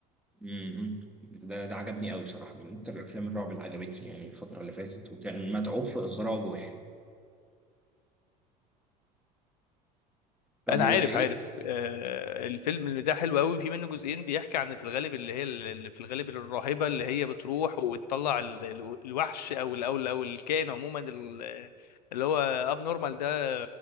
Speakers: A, in the centre; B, on the left.
A: امم ده ده عجبني قوي بصراحه من اكتر الافلام الرعب اللي عجبتني يعني الفتره اللي فاتت وكان متعوب في اخراجه يعني طب
B: انا
A: وايه
B: عارف عارف آه، الفيلم اللي ده حلو قوي في منه جزئين بيحكي عن في الغالب اللي هي اللي في الغالب الراهبه اللي هي بتروح وتطلع ال- ال- الوحش او ال- او ال- او الكائن عموما ال- اللي هو اب نورمال ده